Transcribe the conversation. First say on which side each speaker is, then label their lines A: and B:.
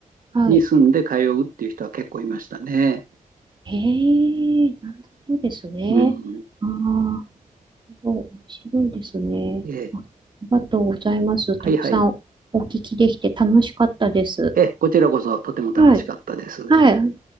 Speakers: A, on the right; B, on the right.
A: あ、はい。
B: に住んで通うっていう人は結構いましたね。
A: へえ、なるほどですね。
B: うん。
A: ああ、なるほど面白いですね。
B: ええ
A: あ、ありがとうございます。たくさんお聞きできて楽しかったです。
B: はいはい。ええ、こちらこそとても楽しかったです。
A: はい。はい。